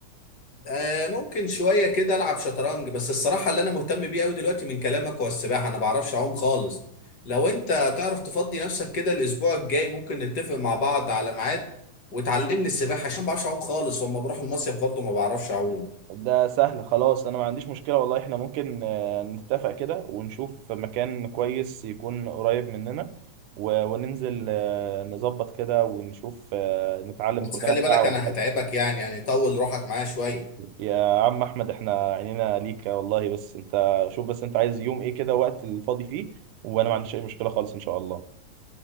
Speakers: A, on the left; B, on the right.
A: آه ممكن شويه كده العب شطرنج بس الصراحه اللي انا مهتم بيه قوي دلوقتي من كلامك هو السباحه انا ما بعرفش اعوم خالص لو انت تعرف تفضي نفسك كده الاسبوع الجاي ممكن نتفق مع بعض على ميعاد وتعلمني السباحه عشان ما بعرفش اعوم خالص واما بروح المصيف برضه ما بعرفش اعوم
B: ده سهل خلاص انا ما عنديش مشكلة والله احنا ممكن آه، نتفق كده ونشوف مكان كويس يكون قريب مننا و- وننزل آه، نظبط كده ونشوف آه، نتعلم
A: بس
B: خد
A: خلي
B: لنا
A: بالك
B: ساعة
A: انا
B: ولا حاجة
A: هتعبك يعني يعني طول روحك معايا شويه
B: يا عم احمد احنا عينينا ليك والله بس انت شوف بس انت عايز يوم ايه كده وقت الفاضي فيه وانا ما عنديش اي مشكلة خالص ان شاء الله